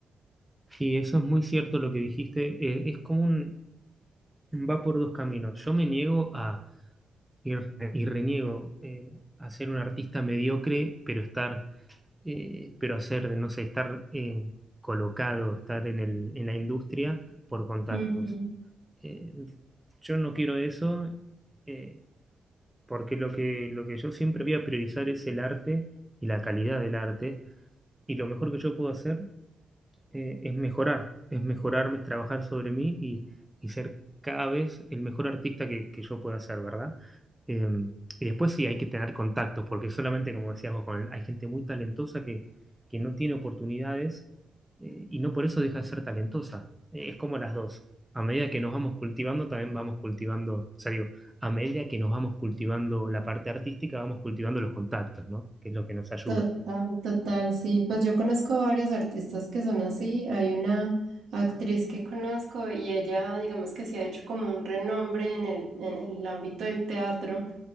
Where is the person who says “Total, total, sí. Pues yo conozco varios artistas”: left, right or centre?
Right